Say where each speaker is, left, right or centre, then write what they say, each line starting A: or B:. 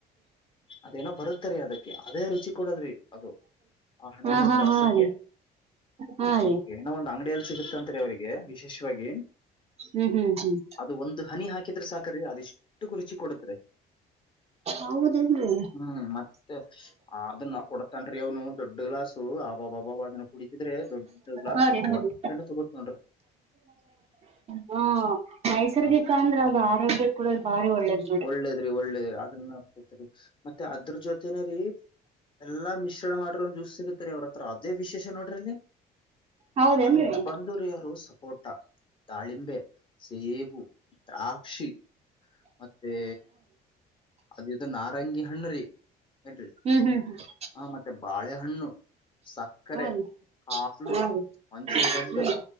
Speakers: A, on the left; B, on the right.
A: ಅದೇನೋ ಬರುತ್ತ ಇತರಿ ಅದಕ್ಕೆ ಅದೇ ರುಚಿ ಕೊಡದ್ರಿ ಅದು ಆ ಹಣ್ಣಿನ
B: ಹಾ ಹಾ
A: ಒಂದು
B: ಹಾ
A: ರಸಕ್ಕೆ
B: ರೀ ಹಾ
A: ಅದು
B: ರೀ
A: ಇನ್ನೋ ಒಂದ್ ಅಂಗಡಿಯಲ್ಲಿ ಸಿಗುತ್ತೆತ್ರಿ ಅವ್ರರಿಗೆ ವಿಶೇಷವಾಗಿ
B: ಹ್ಮ್ ಹ್ಮ್ ಹ್ಮ್
A: ಅದು ಒಂದು್ ಹನಿ ಹಾಕಿದ್ರೆ ಸಾಕ್ರರಿ ಅದಿಷ್ಟು ರುಚಿ ಕೊಡದ್ರಿ
B: ಹೌದೇನ್ರಿ
A: ಹ್ಮ್ ಮತ್ತೆ ಅನ್ನಾ ಕೊಡ್ತನ್ರಿ ಅವನು ದೊಡ್ಡ ಗ್ಲಾಸ್ ಆಬಬಾಬ ಅದನ್ನ ಕುಡಿಸಿದ್ರೆ ದೊಡ್ಡ ಗ್ಲಾಸ್
B: ನೋಡಿ ನೋಡಿ
A: ಹೊಟ್ಟೆನ್ನು ತಗೋ ನೋಡ್ರಿ
B: ಹಾ ನೈಸರ್ಗಿಕ
A: ಅದು
B: ಅಂದ್ರೆ ಅವ ಆರೋಗ್ಯ ಕೂಡ ಭಾರಿ ಒಳ್ಳೇದು
A: ಒಳ್ಳೇದ್ರಿ ಒಳ್ಳೇದ್ರಿ ಅದನ್ನತ್ರಿ ಮತ್ತೆ ಅದ್ರ ಜೊತನೇ ರೀ ಎಲ್ಲಾ ಮಿಶ್ರಣ ಮಾಡ್ರ ಒಂದ್ ಜ್ಯೂಸ್ ಸಿಗುತ್ತತ್ರಿ ಅವ್ರತ್ರ ಅದೇ ವಿಶೇಷ ನೋಡ್ರಿ ನೀ
B: ಹೌದೇನ್ರಿ
A: ಅದಕ್ಕೆ ಬಂದರು ಯಾರು ಸಪೋರ್ಟ್ ತಾಳಿಂಬೆ ಸೇಬು ದ್ರಾಕ್ಷಿ ಮೇ ಅದದು ನಾರಂಗಿ ಹಣ್ಣ್ರಿ ಹೇಳ್ರಿ
B: ಹ್ಮ್ ಹ್ಮ್ ಹ್ಮ್
A: ಹ ಮತ್ತೆ ಬಾಳೆಹಣ್ಣು ಸಕ್ಕರೆ
B: ನೋಡ್ರಿ
A: ಹಾಲು
B: ನೋಡ್ರಿ
A: ಮಂಜುಗಡ್ಡೆ
B: ಹ್ಮ್